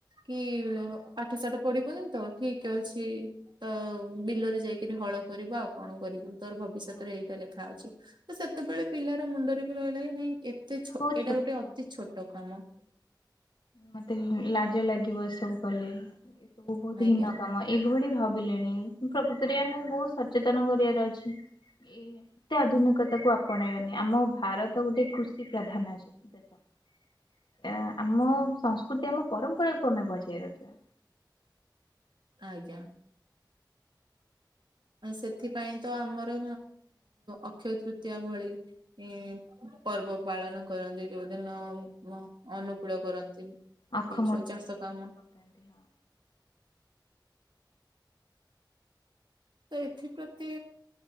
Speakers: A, on the right; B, on the left.
A: କି ପାଠ ଶାଠ ପଡିବନି ତ ଠିକ ଅଛି ତ ବିଲରେ ଯାଇକିରି ହଳ କରିବୁ ଆଉ କଣ କରିବୁ? ତୋର ଭବିଷ୍ୟତରେ
B: ହଁ
A: ଏଇଟା ଲେଖା ଅଛି ତ ସେତେବେଳେ ପିଲାର ମୁଣ୍ଡରେ ବି ରହିଲା କି ନାଇଁ ଏଇଟା
B: ବହୁତ ଛୋଟ
A: ଗୋଟେ ଅତି
B: କାମ
A: ଛୋଟ
B: ହଁ।
A: କାମ।
B: ମତେ ଲାଜ ଲାଗିବ ଏ ସବୁ କଲେ ଏସବୁ ବହୁତ
A: ଆଜ୍ଞା
B: ହିନ କାମ। ଏଇଭଳି ଭାବିଲେଣି ପ୍ରକୃତରେ ଆମକୁ ବହୁତ ସଚେତନ କରିବାର ଅଛି। ଏତେ ଆଧୁନିକତା କୁ ଆପଣେଇବନି ଆମ ଭାରତ ଗୋଟେ କୃଷି ପ୍ରଧାନ ଅଛି ଦେଶ ଆମ ସଂସ୍କୃତି ଆମ ପରମ୍ପରା ତମେ ବଜାଇ ରଖିବା।
A: ଆଜ୍ଞା। ସେଥିପାଇଁ ତ ଆମର ଅକ୍ଷୟ ତୃତୀୟା ଭଳି ଉ ପର୍ବ ପାଳନ କରନ୍ତି ଯୋଉଦିନ ଅନୁକୂଳ
B: ହଁ
A: କରନ୍ତି
B: ଅଖ ମୁଠି
A: ଯୋଉ ଚାଷ କାମ
B: ନେଇକି ପକାନ୍ତି ହଁ
A: ତ ଏଥିପ୍ରତି